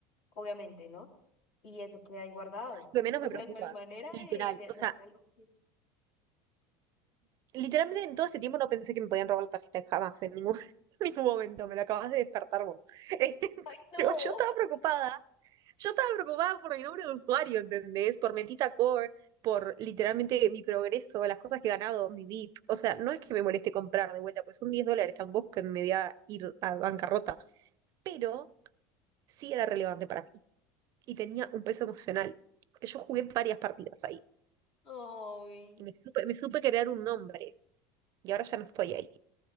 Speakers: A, on the left (about 70°); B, on the right (about 50°).
A: obviamente, ¿no? Y eso queda ahí guardado.
B: lo que menos
A: O
B: me
A: sea,
B: preocupa,
A: no hay manera
B: literal.
A: de, de,
B: O
A: de
B: sea,
A: hacer algo que es-
B: literalmente en todo este tiempo no pensé que me podían robar la tarjeta jamás, en ningún, <laughs> en ningún momento, me lo acabas de despertar vos. <laughs>
A: ¡Ay, no!
B: Pero yo estaba preocupada, yo estaba preocupada por mi nombre de usuario, ¿entendés? Por Mentita Core, por literalmente mi progreso, las cosas que he ganado, mi VIP. O sea, no es que me moleste comprar de vuelta, pues son 10 dólares tampoco que me voy a ir a bancarrota, pero sí era relevante para mí y tenía un peso emocional. porque Yo jugué varias partidas ahí.
A: <laughs> ¡Ay!
B: que me supe, me supe crear un nombre y ahora ya no estoy ahí.